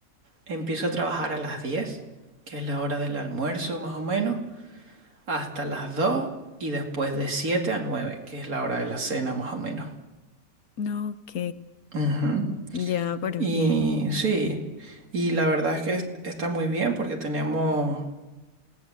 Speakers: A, on the right; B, on the left.
A: empiezo a trabajar a las 10, que es la hora del almuerzo más o menos, hasta las 2 y después de 7 a 9, que es la hora de la cena más o menos.
B: no, ok,
A: Ujú.
B: ya, pero
A: Y
B: bien.
A: sí, y la verdad es que est- está muy bien porque tenemos